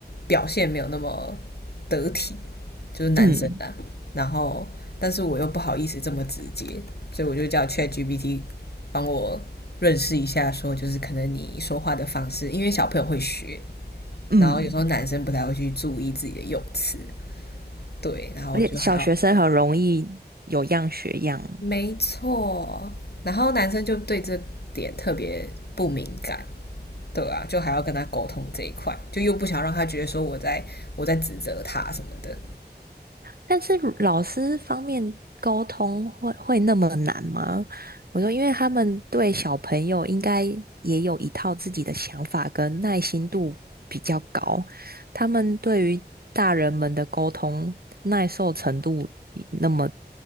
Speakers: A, on the left (about 70°); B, on the right (about 65°).
A: 表现没有那么得体，就是男生的啊然后，
B: 嗯。
A: 但是我又不好意思这么直接，所以我就叫 ChatGPT 帮我认识一下，说就是可能你说话的方式，因为小朋友会学，
B: 嗯
A: 然后有时候男生不太会去注意自己的用词，对，然后我就还要，
B: 而且小学生很容易有样学样，
A: 没错，然后男生就对这点特别不敏感。对啊，就还要跟他沟通这一块，就又不想让他觉得说我在我在指责他什么的，
B: 但是老师方面沟通会会那么难吗？我说，因为他们对小朋友应该也有一套自己的想法跟耐心度比较高，他们对于大人们的沟通耐受程度那么